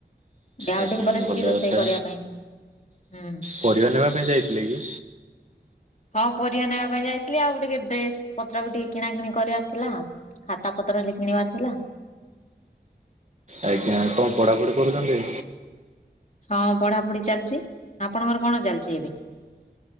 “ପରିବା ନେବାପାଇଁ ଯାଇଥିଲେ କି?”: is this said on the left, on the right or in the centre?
Right